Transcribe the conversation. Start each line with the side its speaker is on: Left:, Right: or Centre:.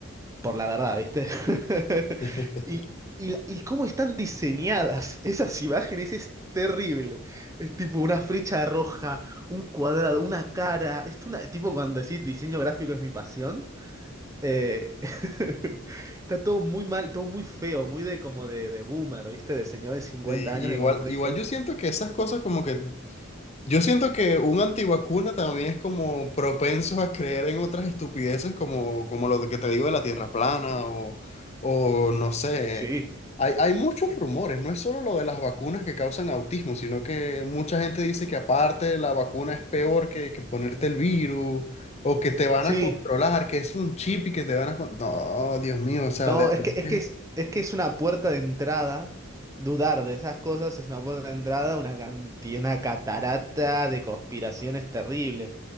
Right: Por la verdad, ¿viste? <laughs>
Left: <laughs>
Right: Y, y, la- y cómo están diseñadas esas imágenes es terrible. Es tipo una flecha roja, un cuadrado, una cara. Es una, tipo cuando decís diseño gráfico es mi pasión. Eh, <laughs> está todo muy mal, todo muy feo, muy de como de, de boomer, ¿viste? De señor de 50
Left: Sí,
Right: años
Left: igual,
Right: que comparte
Left: igual
Right: cosas.
Left: yo siento que esas cosas como que Yo siento que un antivacuna también es como propenso a creer en otras estupideces como, como lo que te digo de la tierra plana o, o no sé.
Right: Sí,
Left: Hay, hay muchos rumores, no es solo lo de las vacunas que causan autismo, sino que mucha gente dice que aparte la vacuna es peor que, que ponerte el virus o que te van
Right: sí.
Left: a controlar, que es un chip y que te van a... con- No, Dios mío, o sea,
Right: No,
Left: de
Right: es
Left: verdad
Right: que, es
Left: que-
Right: que es, es que es una puerta de entrada. Dudar de esas cosas es una puerta de entrada, a una cantidad, una catarata de conspiraciones terribles,